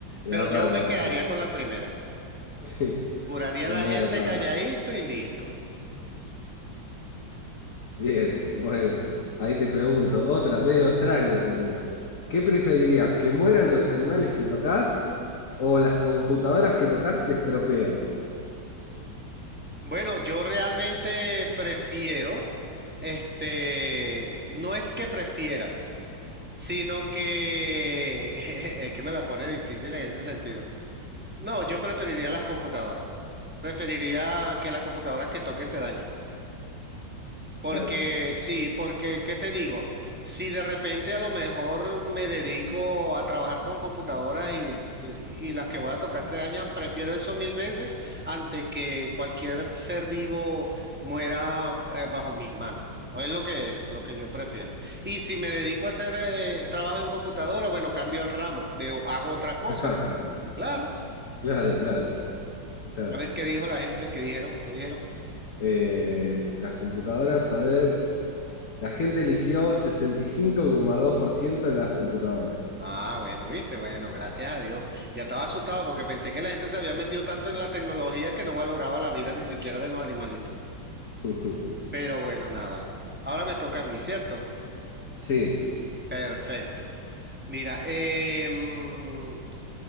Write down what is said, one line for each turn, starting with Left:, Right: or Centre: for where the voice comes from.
Left: Es
Centre: Pero
Left: rara
Centre: yo me
Left: la
Centre: quedaría
Left: pregunta.
Centre: con
Left: <laughs>
Centre: la primera.
Left: Sí,
Centre: Curaría
Left: es
Centre: a la
Left: medio
Centre: gente
Left: rara.
Centre: calladito y listo.
Left: Bien, bueno, ahí te pregunto, otra medio extraña también. ¿Qué preferirías, que mueran los animales que tocas o las computadoras que tocas se estropean?
Centre: Bueno, yo realmente prefiero, este, no es que prefiera. sino que <laughs> es que me la pone difícil en ese sentido. No, yo preferiría las computadoras. Preferiría que las computadoras que toque se dañen. Porque,
Left: Claro,
Centre: sí, porque, ¿qué te digo? Si de repente a lo mejor me dedico a trabajar con computadoras y, s- y- y las que voy a tocar se dañan, prefiero eso mil veces antes que cualquier ser vivo muera eh, bajo mis manos. O es lo que, lo que yo prefiero. Y si me dedico a hacer eh, trabajo en computadora, bueno, cambio el ramo, veo, hago otra cosa,
Left: <laughs>
Centre: pues. Claro,
Left: claro, claro, claro.
Centre: a ver qué dijo la gente, qué dijeron, qué dijeron.
Left: Eh, las computadoras, a ver, la gente eligió sesenta y cinco coma dos por ciento de las computadoras.
Centre: Ah, bueno, viste, bueno, gracias a Dios. Ya estaba asustado porque pensé que la gente se había metido tanto en la tecnología que no valoraba la vida ni siquiera de los animalitos.
Left: <laughs>
Centre: Pero bueno, nada. Ahora me toca a mí, ¿cierto?
Left: Sí,
Centre: Perfecto. Mira, em,